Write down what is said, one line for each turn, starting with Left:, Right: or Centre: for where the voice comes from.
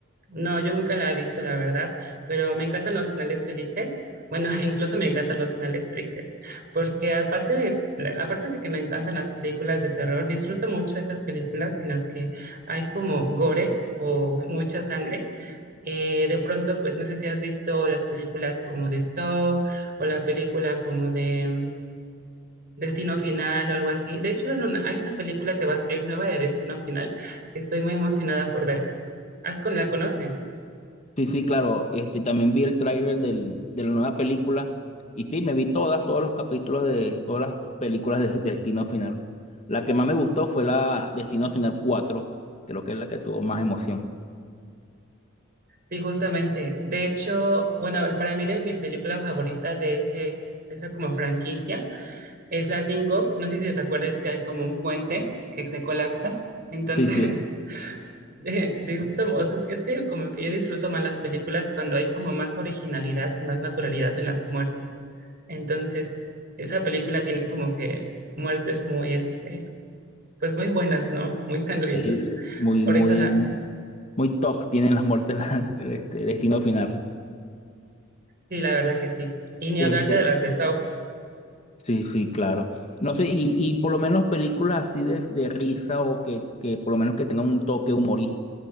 Right: No, yo nunca la he visto, la verdad, pero me encantan los finales felices. Bueno, <laughs> incluso me encantan los finales tristes, porque aparte de, aparte de que me encantan las películas de terror, disfruto mucho esas películas en las que hay como gore o mucha sangre. Eh, de pronto, pues no sé si has visto las películas como de Saw o la película como de mm, Destino Final o algo así. De hecho, es una- hay una película que va a salir nueva de Destino Final que estoy muy emocionada por verla. ¿Has con la conoces?
Left: Sí, sí, claro. Este, también vi el tráiler del- de la nueva película y sí, me vi todas, todos los capítulos de todas las películas de, de Destino Final. La que más me gustó fue la Destino Final 4, creo que es la que tuvo más emoción.
Right: Sí, justamente. De hecho, bueno, para mí la- mi película favorita de ese, de esa como franquicia es la 5. No sé si te acuerdas que hay como un puente que se colapsa. Entonces,
Left: Sí, sí,
Right: <laughs> eh, disfruto, o sea, es que como que yo disfruto más las películas cuando hay como más originalidad y más naturalidad en las muertes. Entonces, esa película tiene como que muertes muy, este, pues muy buenas, ¿no? Muy sangrientas.
Left: sí, muy,
Right: Por
Left: muy,
Right: eso la,
Left: muy top tienen las muertes la- <laughs> este, Destino Final.
Right: sí, la verdad que sí. Y ni
Left: Este,
Right: hablar de las de Saw,
Left: sí, sí, claro. No sé, y, y por lo menos películas así de, de risa o que, que por lo menos que tengan un toque humorístico.